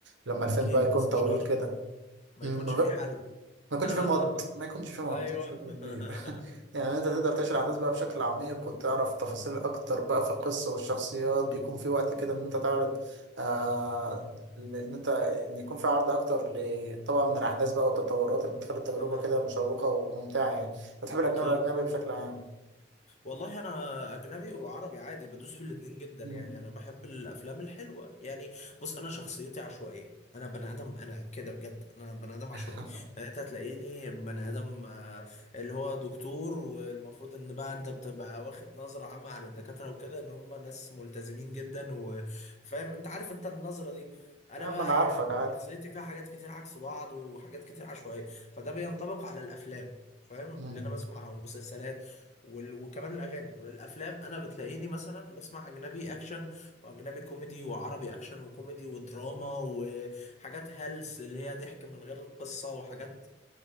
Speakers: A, on the right; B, on the left.
A: لما الفيلم
B: أكيد
A: بقى يكون
B: بس
A: طويل
B: مش شرط
A: كده
B: ما
A: مم،
B: يكونش في حل
A: ما يكونش فيه مط
B: <laughs>
A: ما يكونش فيه
B: ايوه
A: مط بشكل كبير
B: <laughs>
A: <laughs> يعني انت تقدر تعيش الاحداث بقى بشكل عميق وتعرف تفاصيل اكتر بقى في القصه والشخصيات بيكون في وقت كده ان انت تعرض آه ان انت ان يكون في عرض اكتر ل- طبعا من الاحداث بقى والتطورات اللي بتخلي التجربه
B: أها
A: كده مشوقه وممتعه يعني بتحب الاجنبي
B: أكيد
A: الاجنبي بشكل عام
B: والله انا اجنبي وعربي عادي بدوس في الاتنين جدا
A: مم.
B: يعني انا بحب الافلام الحلوه يعني بص انا شخصيتي عشوائيه انا بني ادم انا كده بجد انا بني ادم
A: <laughs>
B: عشوائي انت هتلاقيني بني ادم آه، اللي هو دكتور والمفروض ان بقى انت بتبقى واخد نظره عامه عن الدكاتره وكده ان هم ناس ملتزمين جدا وفاهم انت عارف انت النظره دي انا
A: يا عم
B: بقى
A: انا عارفك
B: يعني
A: عادي
B: شخصيتي فيها حاجات كتير عكس بعض وحاجات كتير عشوائيه فده بينطبق على الافلام فاهم
A: مم.
B: اللي انا بسمعها والمسلسلات وال- وكمان الاغاني الافلام انا بتلاقيني مثلا بسمع اجنبي اكشن واجنبي كوميدي وعربي اكشن وكوميدي ودراما وحاجات هلس اللي هي ضحك من غير قصه وحاجات